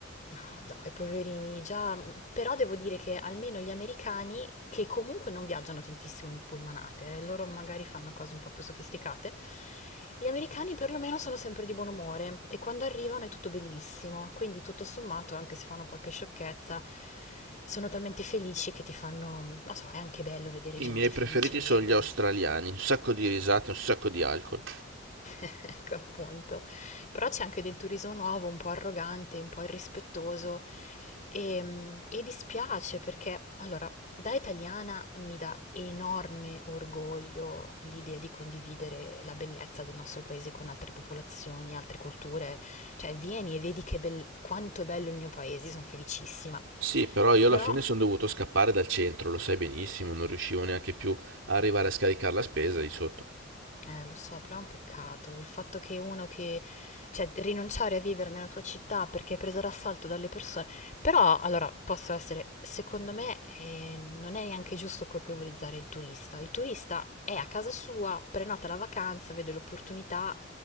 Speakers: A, on the left; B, on the right.
A: No, dai, poverini, già, però devo dire che almeno gli americani, che comunque non viaggiano tantissimo in pullmanate, eh, loro magari fanno cose un po' più sofisticate, gli americani perlomeno sono sempre di buon umore e quando arrivano è tutto bellissimo, quindi tutto sommato, anche se fanno qualche sciocchezza, sono talmente felici che ti fanno, non so, è anche bello vedere
B: I
A: gente
B: miei
A: felice
B: preferiti
A: in giro.
B: sono gli australiani, un sacco di risate, un sacco di alcol.
A: <laughs> Ecco, appunto. Però c'è anche del turismo nuovo, un po' arrogante, un po' irrispettoso e, mm, e dispiace perché, allora, da italiana mi dà enorme orgoglio l'idea di condividere la bellezza del nostro paese con altre popolazioni, altre culture. Cioè, vieni e vedi che bel- quanto è bello il mio paese, sono felicissima.
B: Sì, però io
A: Però
B: alla fine sono dovuto scappare dal centro, lo sai benissimo, non riuscivo neanche più a arrivare a scaricare la spesa lì sotto.
A: Eh, lo so, però è un peccato il fatto che uno che, cioè, rinunciare a vivere nella tua città perché è presa d'assalto dalle persone. Però, allora, posso essere, secondo me, eh, non è neanche giusto colpevolizzare il turista. Il turista è a casa sua, prenota la vacanza, vede l'opportunità,